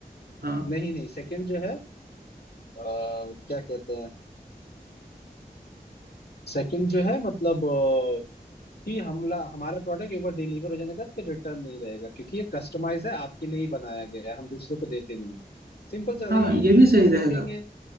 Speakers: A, on the right; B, on the left.
A: हाँ
B: नहीं नहीं सेकंड जो है क्या कहते हैं सेकंड जो है मतलब अ, कि हमला हमारा प्रोडक्ट एक बार डिलीवर हो जाने का फिर रिटर्न नहीं रहेगा क्योंकि ये कस्टमाइज है आपके लिए ही बनाया गया है हम दूसरे को देते नहीं सिंपल सा
A: हाँ
B: है यूनिकनेस
A: ये भी सही रहेगा
B: रखेंगे